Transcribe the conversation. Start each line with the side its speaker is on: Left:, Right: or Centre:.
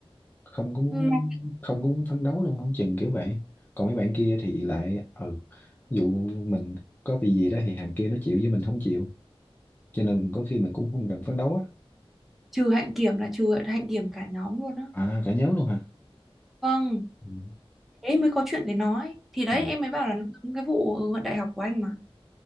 Left: không có muốn
Centre: Mà
Left: không có muốn phấn đấu luôn không chừng kiểu vậy còn mấy bạn kia thì lại ừ dụ mình có bị gì đó thì thằng kia nó chịu với mình không chịu cho nên có khi mình cũng không cần phấn đấu á
Centre: trừ hạnh kiểm là trừ hạnh kiểm cả nhóm luôn á.
Left: à cả nhóm luôn hả
Centre: Vâng.
Left: ừ.
Centre: thế mới có chuyện để nói thì đấy
Left: Ồ,
Centre: em mới bảo là nó giống cái vụ luận đại học của anh mà